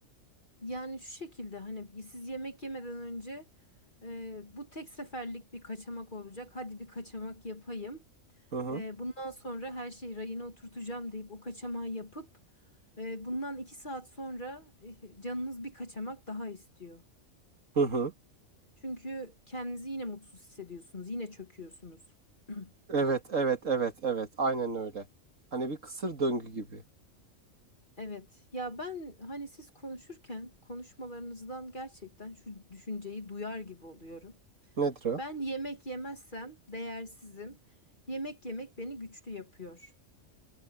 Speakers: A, on the left; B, on the right.
A: Yani şu şekilde hani siz yemek yemeden önce e, bu tek seferlik bir kaçamak olacak. Hadi bir kaçamak yapayım.
B: Hı hı.
A: E, bundan sonra her şeyi rayına oturtacağım deyip o kaçamağı yapıp e, bundan iki saat sonra e, canınız bir kaçamak daha istiyor.
B: Hı hı.
A: Çünkü kendinizi yine mutsuz hissediyorsunuz. Yine çöküyorsunuz. <clears throat>
B: Evet, evet, evet, evet. Aynen öyle. Hani bir kısır döngü gibi.
A: Evet ya ben hani siz konuşurken konuşmalarınızdan gerçekten şu düşünceyi duyar gibi oluyorum.
B: Nedir o?
A: Ben yemek yemezsem değersizim. Yemek yemek beni güçlü yapıyor.